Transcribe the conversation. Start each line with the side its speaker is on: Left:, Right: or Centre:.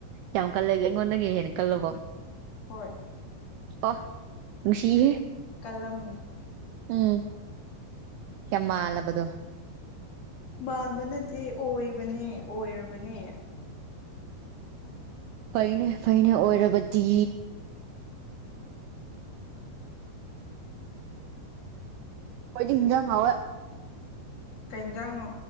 Right: ꯌꯥꯝ ꯀꯜꯂꯒꯦ ꯑꯩꯉꯣꯟꯗꯒꯤ ꯍꯦꯟꯅ ꯀꯜꯂꯕꯣ
Left: ꯍꯣꯏ
Right: ꯑ ꯅꯨꯡꯁꯤꯍꯦ
Left: ꯀꯂꯝꯅꯤ
Right: ꯎꯝ ꯌꯥꯃ ꯑꯂꯕꯗꯨ
Left: ꯃꯥꯟꯕ ꯅꯠꯇꯦ ꯑꯣꯏꯕꯅꯦ ꯑꯣꯏꯔꯕꯅꯦ
Right: ꯐꯩꯅ ꯐꯩꯅ ꯑꯣꯏꯔꯕꯗꯤ ꯑꯩꯣꯏꯗꯤ ꯍꯤꯡꯖ ꯍꯥꯎꯋ
Left: ꯀꯩ ꯏꯟꯖꯥꯡꯅꯣ